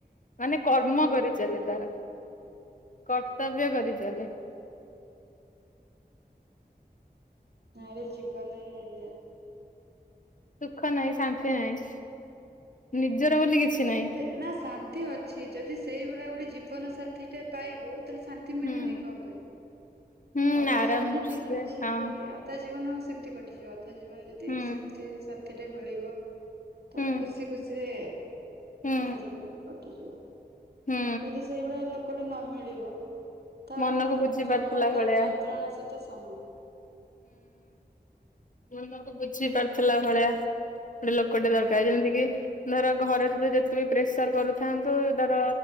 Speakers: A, on the left (about 50°); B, on the right (about 70°).
A: ମାନେ କର୍ମ କରିଚାଲେ ତାର, କର୍ତ୍ତବ୍ୟ କରିଚାଲେ।
B: ନାରୀ ଜୀବନ ହିଁ ଏଇଆ।
A: ସୁଖ ନାହିଁ, ଶାନ୍ତି ନାହିଁ, ନିଜର ବୋଲି କିଛି ନାହିଁ
B: ସେ ନା ଶାନ୍ତି ଅଛି, ଯଦି ସେଇଭଳିଆ ଗୋଟେ ଜୀବନ ସାଥ୍ ଟିକେ ପାଇବୁ। ତାହେଲେ ଶାନ୍ତି ମିଳିବନି
A: ହୁଁ।
B: କଣ ପାଇଁ।
A: ହୁଁ
B: ଅଧା
A: ଆରାମ
B: ଜୀବନ ଠିକ
A: ସେ
B: ଅଛି।
A: ହଁ
B: ଅଧା ଜୀବନ। ସେମିତି କଟିଯିବ। ଅଧା ଜୀବନ ଯଦି
A: ହୁଁ
B: ସେମତି ସା କେତେ ମିଳିବ? ତ
A: ହୁଁ
B: ଖୁସି ଖୁସିରେ
A: ହୁଁ
B: ଅଧେ ଜୀବନ ବି କଟ୍ କେହିବ।
A: ହୁଁ
B: ଯଦି ସେଇଭଳିଆ ଲୋ ଯଦି ନ ମିଳିବ। ତ
A: ମନକୁ ବୁଝି
B: ଜମା
A: ପାରୁଥିଲା ଭଳିଆ
B: ଯନ୍ତ୍ରଣା ସହିତ ସମାନ।
A: ଆମକୁ ବୁଝି ପାରୁଥିଲା ଭଳିଆ। ଗୋଟେ ଲୋକଟେ
B: ହୁଁ
A: ଦରକାର ଯେମିତି କି? ଧର ଘରେ ତତେ ଯେତେ ବି ପ୍ରେସର କରୁଥାନ୍ତୁ। ଧର